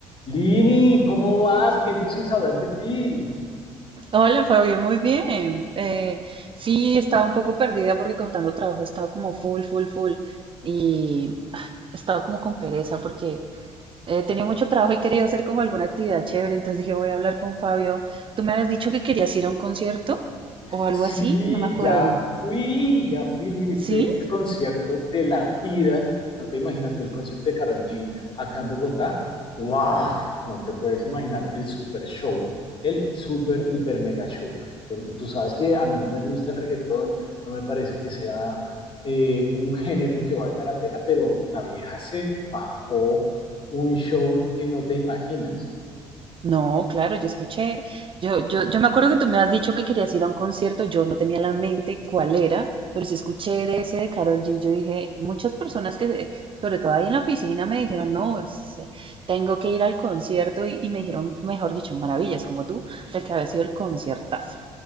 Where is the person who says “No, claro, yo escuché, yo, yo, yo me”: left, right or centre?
Right